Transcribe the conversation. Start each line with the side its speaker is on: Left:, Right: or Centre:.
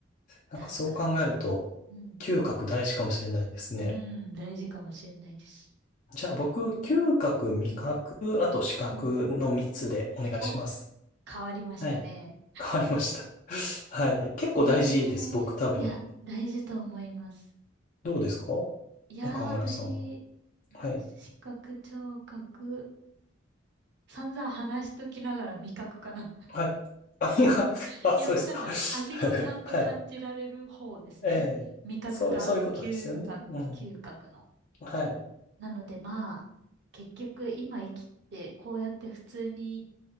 Left: なんかそう考えると、
Right: 確かに。うん。
Left: 嗅覚大事かもしれないですね。
Right: うん、大事かもしれないです。
Left: じゃあ僕、嗅覚、味覚、あと視覚の3つでお願いします。
Right: はい。お、変わりましたね。
Left: はい。変わりました。<laughs> はい。結構大事です、
Right: え
Left: 僕多分。
Right: えいや、大事と思います。
Left: どうですか
Right: いやー、
Left: 岡村さんは。
Right: 私、まあ、
Left: はい。
Right: 視覚、聴覚、散々話しときながら味覚かな。
Left: はい。あ、なんかあ、
Right: <laughs> いや、
Left: そうですか。
Right: わかんない。味をちゃんと感じられる方ですね。
Left: <laughs> はい。え
Right: 味覚か、
Left: え。そう、そういうことですよね。
Right: 嗅覚、
Left: うん。
Right: 嗅覚の。
Left: はい。
Right: なのでまあ、結局今生きて、こうやって普通に